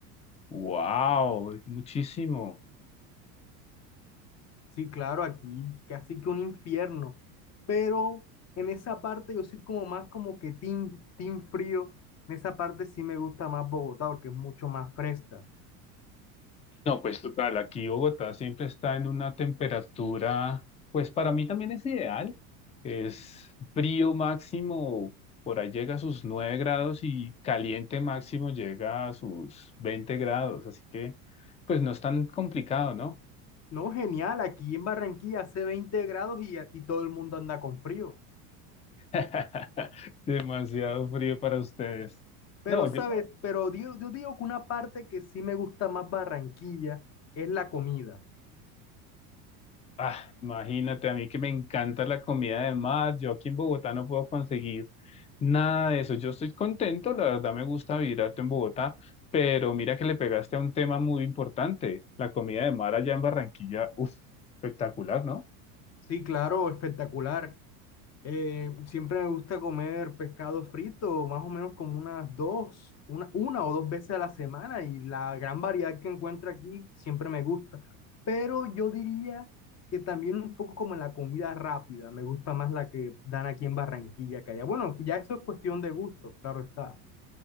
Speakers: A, on the left; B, on the left.
A: ¡Wow! Muchísimo.
B: Sí, claro, aquí casi que un infierno. Pero en esa parte yo soy como más como que team, team frío. En esa parte sí me gusta más Bogotá porque es mucho más fresca.
A: No, pues total, aquí Bogotá siempre está en una temperatura, pues para mí también es ideal, es frío máximo, por ahí llega a sus 9 grados y caliente máximo llega a sus 20 grados, así que pues no es tan complicado, ¿no?
B: No, genial, aquí en Barranquilla hace 20 grados y, y todo el mundo anda con frío.
A: <laughs> Demasiado frío para ustedes.
B: Pero,
A: No,
B: ¿sabes?
A: yo,
B: Pero yo, yo digo que una parte que sí me gusta más Barranquilla es la comida.
A: Ah, imagínate, a mí que me encanta la comida de mar. Yo aquí en Bogotá no puedo conseguir nada de eso. Yo estoy contento, la verdad me gusta vivir harto en Bogotá, pero mira que le pegaste a un tema muy importante, la comida de mar allá en Barranquilla, uff, espectacular, ¿no?
B: Sí, claro, espectacular. Eh, siempre me gusta comer pescado frito, más o menos como unas dos, una, una o dos veces a la semana y la gran variedad que encuentro aquí siempre me gusta. Pero yo diría que también un poco como en la comida rápida, me gusta más la que dan aquí en Barranquilla que allá. Bueno, ya eso es cuestión de gustos, claro está.